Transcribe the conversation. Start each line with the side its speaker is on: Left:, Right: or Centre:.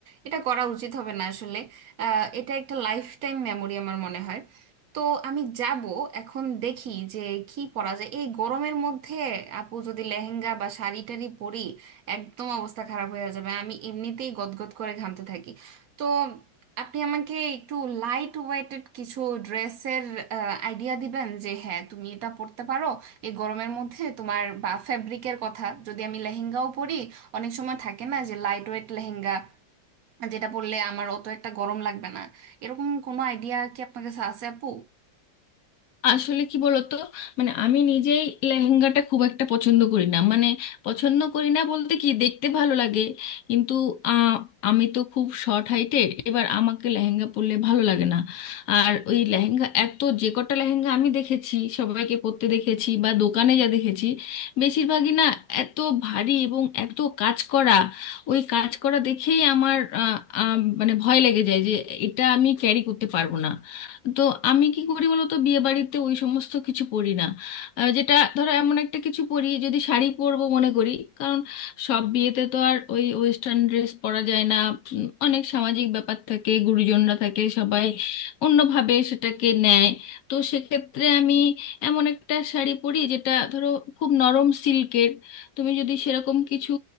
Right: এটা করা উচিত হবে না আসলে আহ, এটা একটা লাইফ টাইম মেমোরি আমার মনে হয় তো আমি যাব এখন দেখি যে কি পরা যায় এই গরমের মধ্যে আপু যদি লেহেঙ্গা বা শাড়ি টাড়ি পরি একদম অবস্থা খারাপ হয়ে যাবে আমি এমনিতেই গদগদ করে ঘামতে থাকি তো আপনি আমাকে একটু লাইট ওয়েটেড কিছু ড্রেসের আইডিয়া দিবেন যে হ্যাঁ তুমি এটা পরতে পারো এই গরমের মধ্যে তোমার বা ফ্যাব্রিকের কথা যদি আমি লেহেঙ্গাও পরি অনেক সময় থাকে না যে লাইট ওয়েট লেহেঙ্গা যেটা পরলে আমার অত একটা গরম লাগবে না এরকম কোনো আইডিয়া কি আপনার কাছে আছে আপু
Left: আসলে কি বলতো মানে আমি নিজেই লেহেঙ্গাটা খুব একটা পছন্দ করি না মানে পছন্দ করি না বলতে কি দেখতে ভালো লাগে কিন্তু আহ, আমি তো খুব শর্ট হাইটের এবার আমাকে লেহেঙ্গা পরলে ভালো লাগে না আর ওই লেহেঙ্গা এত যে কটা লেহেঙ্গা আমি দেখেছি সবাইকে পরতে দেখেছি বা দোকানে যা দেখেছি বেশিরভাগই না এত ভারী এবং এত কাজ করা ওই কাজ করা দেখেই আমার আহ, আহ, মানে ভয় লেগে যায় যে এটা আমি ক্যারি করতে পারবো না তো আমি কি করি বলতো বিয়ে বাড়িতে ওই সমস্ত কিছু পরি না আহ, যেটা ধরো এমন একটা কিছু পরি যদি শাড়ি পরবো মনে করি কারণ সব বিয়েতে তো আর ওই ওয়েস্টার্ন ড্রেস পরা যায় না উম, অনেক সামাজিক ব্যাপার থাকে গুরুজনরা থাকে সবাই অন্যভাবে সেটাকে নেয় তো সেক্ষেত্রে আমি এমন একটা শাড়ি পরি যেটা ধরো খুব নরম সিল্কের তুমি যদি সেরকম কিছু